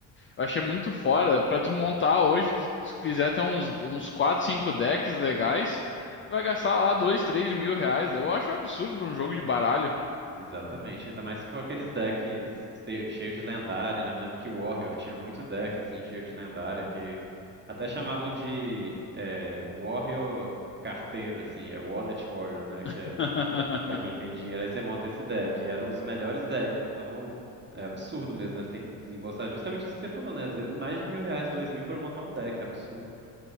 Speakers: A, on the left; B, on the right.
A: Eu achei muito fora. Pra tu montar hoje, tu, tu quiser ter uns, uns 4, 5 decks legais, tu vai gastar lá 2, 3 mil reais. Eu acho um absurdo pra um jogo de baralho.
B: Exatamente. Ainda mais se for aqueles decks cheio cheio de lendária, né? Eu lembro que o Warrior tinha muito deck, assim, cheio de lendária, que até chamavam de eh, Warrior carteiro, assim. É Wallet Warrior, né?
A: <laughs>
B: Pra quem tem dinheiro, aí você monta esse deck. E era um dos melhores decks, então é absurdo mesmo, né? Você tem que desembolsar justamente isso que você falou, né? Às vezes mais de mil reais, dois mil pra montar um deck, é absurdo.